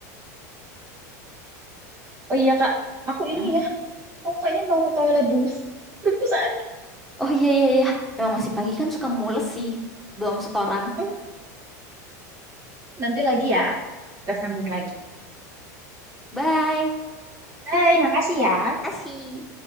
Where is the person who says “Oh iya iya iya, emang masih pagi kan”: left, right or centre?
Centre